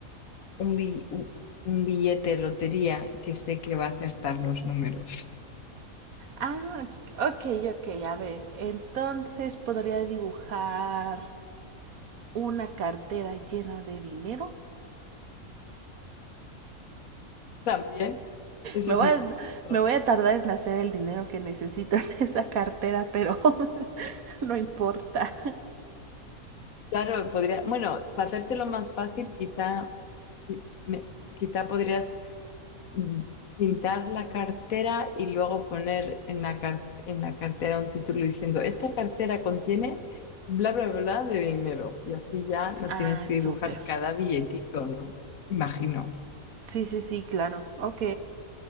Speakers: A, on the left; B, on the right.
A: un, bi- un un billete de lotería que sé que va a acertar los números.
B: Ah, ok, ok, a ver. Entonces podría dibujar una cartera llena de dinero.
A: <laughs> También, eso
B: Me
A: es
B: voy,
A: una
B: a,
A: otra
B: me voy a tardar en hacer el dinero que necesito en <laughs> esa cartera, pero <laughs> no importa.
A: Claro, podría, bueno, para hacértelo más fácil, quizá, qui- me- quizá podrías mm, pintar la cartera y luego poner en la, car- en la cartera un título diciendo, esta cartera contiene bla, bla, bla de dinero. Y así ya no
B: Ah,
A: tienes que dibujar
B: súper.
A: cada billetito, ¿no? Imagino.
B: Sí, sí, sí, claro. Ok.